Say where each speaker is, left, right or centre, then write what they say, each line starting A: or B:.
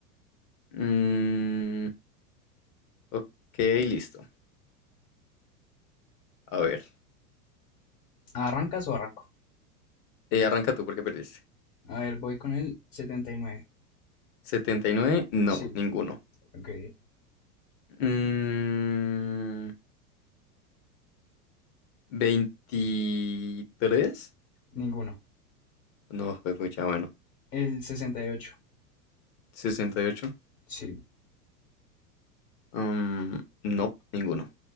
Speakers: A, on the left; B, on the left.
A: Mm, ok, listo. A ver.
B: ¿Arrancas o arranco?
A: Eh, arranca tú porque perdiste.
B: A ver, voy con el setenta y nueve,
A: 79. No,
B: Sí.
A: ninguno.
B: Ok.
A: Mm, 23.
B: Ninguno.
A: No, fue mucha, bueno.
B: El sesenta y ocho,
A: sesenta y ocho.
B: Sí.
A: Um, no, ninguno.